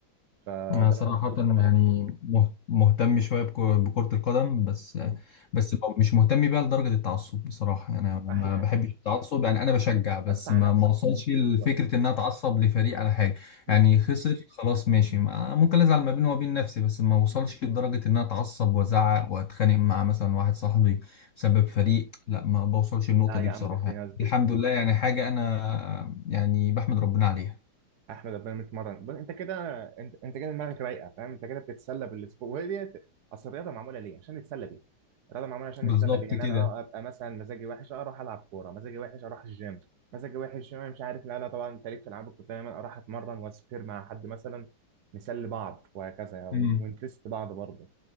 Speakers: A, on the right; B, on the left.
A: فده
B: أنا صراحة
A: أنا مبسوط بصراحة
B: يعني مه- مهتم شوية بك- بكرة القدم بس
A: مم.
B: بس ب- مش مهتم بيها لدرجة التعصب بصراحة يعني أنا
A: أحلى
B: ما
A: حاجة
B: بحبش التعصب يعني أنا بشجع بس
A: قطع
B: ما
A: نفسك
B: ما وصلش لفكرة
A: بالظبط
B: إن أنا أتعصب لفريق على حاجة
A: مم.
B: يعني خسر خلاص ماشي ما- ممكن أزعل ما بيني وبين نفسي بس ما وصلش لدرجة إن أنا أتعصب وأزعق وأتخانق مع مثلا واحد صاحبي بسبب فريق لا ما بوصلش للنقطة
A: لا يا
B: دي بصراحة
A: عم ده في
B: يعني.
A: ناس
B: الحمد
A: بت
B: لله يعني حاجة أنا يعني بحمد ربنا عليها
A: احمد ربنا متمرن بص انت كده انت انت كده دماغك رايقه فاهم انت كده بتتسلى بالسبور وهي دي اصل الرياضه معموله ليه عشان نتسلى بيها الرياضه معموله عشان
B: بالظبط
A: نتسلى بيها ان
B: كده
A: انا اه ابقى مثلا مزاجي وحش آه، اروح العب كوره مزاجي وحش اروح الجيم مزاجي وحش انا مش عارف لا لا طبعا انت ليك في العاب كنت دايما اروح اتمرن واسبير مع حد مثلا نسلي بعض وهكذا ون-
B: إمم.
A: ونتست بعض برضه